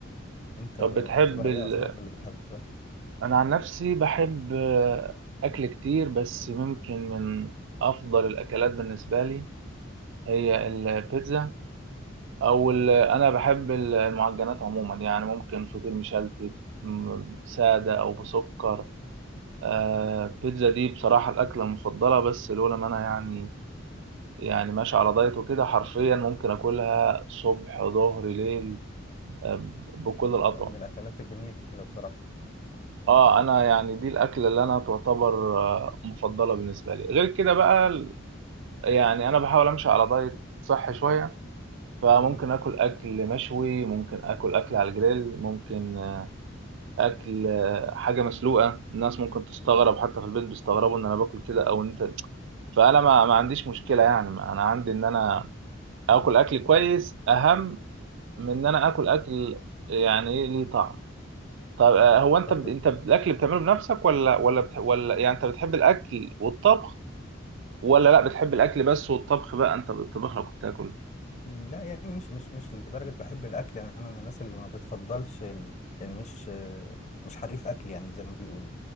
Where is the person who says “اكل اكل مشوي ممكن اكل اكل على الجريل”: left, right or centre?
Right